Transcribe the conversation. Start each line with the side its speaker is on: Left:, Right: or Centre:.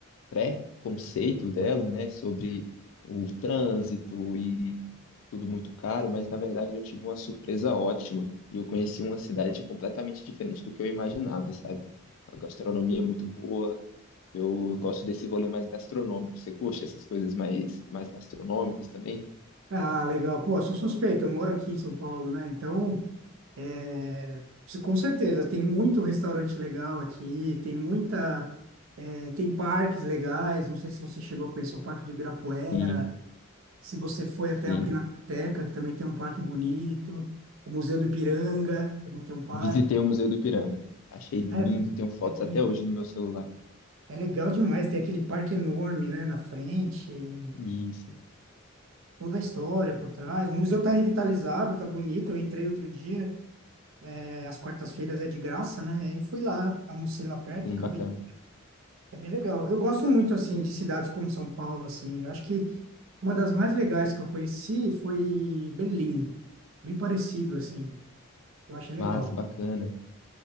Left: pré-conceito dela, né? Sobre o trânsito e tudo muito caro, mas na verdade eu tive uma surpresa ótima e eu conheci uma cidade completamente diferente do que eu imaginava, sabe? A gastronomia é muito boa, Eu eu gosto desse rolê mais gastronômico. Você curte essas coisas mais, mais gastronômicas também?
Right: Ah, legal. Pô, eu sou suspeito, eu moro aqui em São Paulo, né? Então, É, se- com certeza, tem muito restaurante legal aqui, tem muita, é, tem parques legais. Não sei se você chegou a conhecer o Parque do Ibirapuera,
Left: Sim,
Right: se você foi
Left: sim.
Right: até a Pinacoteca, que também tem um parque bonito, o Museu do Ipiranga também tem um parque.
Left: Visitei o Museu do Ipiranga. Achei lindo,
Right: É,
Left: tenho fotos
Right: é, lindo,
Left: até hoje no meu celular.
Right: é legal demais, tem aquele parque enorme, né, na frente, e
Left: Isso,
Right: toda a história por trás. O museu está revitalizado, está bonito. Eu entrei outro dia, é, às quartas-feiras é de graça, né? Aí Eu fui lá, almocei lá perto
Left: sim,
Right: e acabei
Left: bacana.
Right: É bem legal. Eu gosto muito, assim, de cidades como São Paulo, assim. Eu Acho que uma das mais legais que eu conheci foi Berlim. Bem parecido, assim. Eu achei legal.
Left: Massa, bacana.